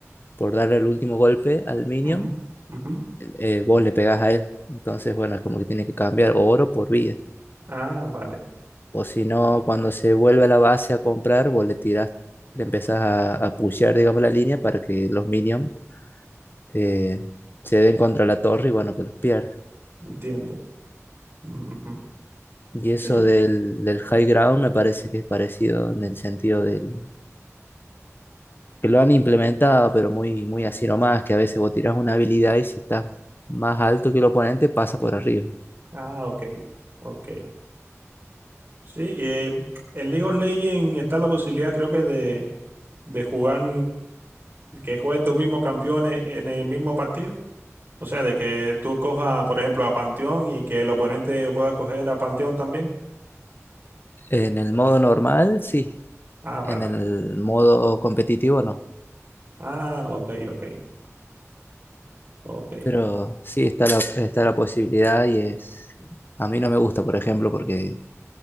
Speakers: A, on the left; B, on the right.
A: por darle el último golpe al minion,
B: Ujú, ujú.
A: eh, vos le pegás a él. Entonces, bueno, es como que tiene que cambiar oro por vida.
B: Ah, vale,
A: O si no, cuando se vuelve a la base a comprar, vos le tirás, le empezás a, a pushear, digamos, la línea para que los minions eh, se den contra la torre y bueno, que los pierda.
B: entiendo. Ujú.
A: Y eso
B: Sí,
A: del, del high ground me parece que es parecido en el sentido del que lo han implementado, pero muy, muy así nomás, que a veces vos tirás una habilidad y si estás más alto que el oponente, pasa por arriba.
B: ah, ok, ok. Sí, eh, en League of Legends está la posibilidad, creo que, de de jugar, que jueguen dos mismos campeones en el mismo partido. O sea, de que tú cojas, por ejemplo, a Panteón y que el oponente pueda coger a Panteón también.
A: En el modo normal, sí.
B: Ah, vale.
A: En el modo competitivo, no.
B: Ah, ok, ok, ok.
A: Pero sí está la, está la posibilidad y es... A mí no me gusta, por ejemplo, porque